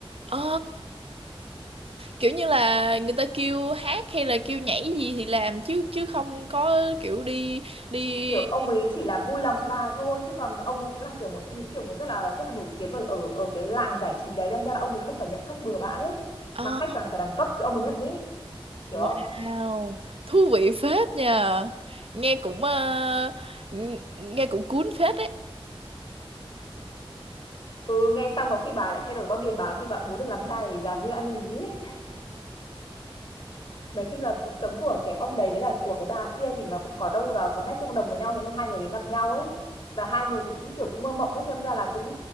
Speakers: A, on the right; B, on the left.
A: Ờ, kiểu như là người ta kêu hát hay là kêu nhảy gì thì làm chứ chứ không có kiểu đi đi
B: Kiểu ông ấy chỉ làm vui lòng cho bà ấy thôi chứ còn ông ấy cũng là kiểu một trong những kiểu người rất là rất là nổi tiếng ở ở, ở cái làng giải trí đấy đâm ra là ông ấy không phải nhận khách bừa bãi ấy.
A: Ờ,
B: Mà khách toàn là phải đẳng cấp thì ông ấy nhận ý, hiểu
A: wow
B: không?
A: thú vị phết nha nghe cũng ờ, ng- nghe cũng cuốn phết đấy
B: Ừ nghe xong có khi bà lại thay đổi quan điểm bà khi bà cũng muốn được làm trai thì làm như anh ấy nói chung là cuộc sống của cái ông đấy với cả của cái bà kia thì nó cũng có đâu đó có nét tương đồng với nhau thế nên hai người gặp nhau ấy và hai người thì cũng kiểu cũng mơ mộng ấy đâm ra là cũng